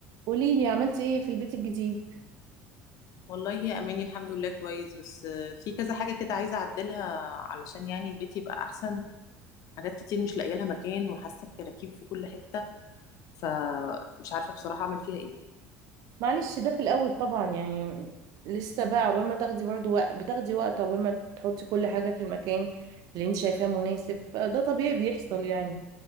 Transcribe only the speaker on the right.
قولي لي عملتي ايه في البيت الجديد
معلش ده في الاول طبعا يعني لسه بقى عقبال ما تاخدي برضو وقت بتاخدي وقت عقبال ما تحطي كل حاجه في المكان اللي انت شايفاه مناسب فده طبيعي بيحصل يعني